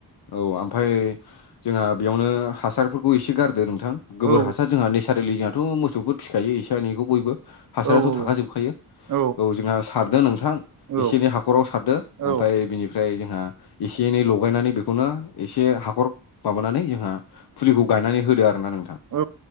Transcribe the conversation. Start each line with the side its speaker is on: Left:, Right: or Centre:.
Left: औ आमफाय जोंहा बेयावनो हासारफोरखौ एसे गारदो नोंथां गोबोर
Right: औ
Left: हासार जोंहा नेचारेलि जोहाथ' मोसौफोर फिखायो एसे एनैखौ बयबो हासाराथ'
Right: औ नंगौ नंगौ नोंथां
Left: थाखाजोबखायो
Right: अ
Left: औ जोंहा सारदो नोंथां
Right: औ
Left: एसे एनै हाखराव सारदो
Right: औ
Left: आमफ्राय बिनिफ्राय जोंहा एसे एनै लगायनानै बेखौनो एसे हाखर माबानानै जोंहा फुलिखौ गायनानै होदो आरो ना नोंथां
Right: औ